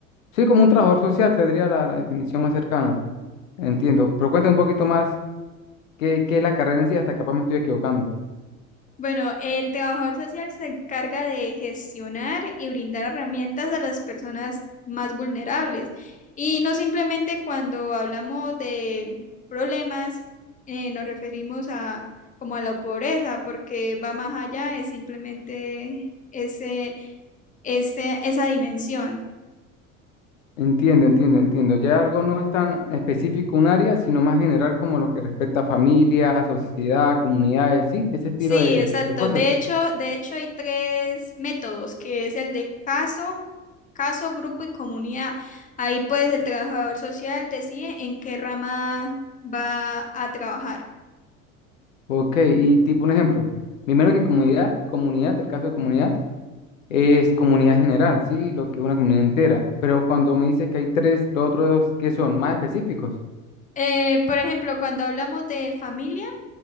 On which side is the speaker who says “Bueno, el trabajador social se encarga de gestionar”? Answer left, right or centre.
Left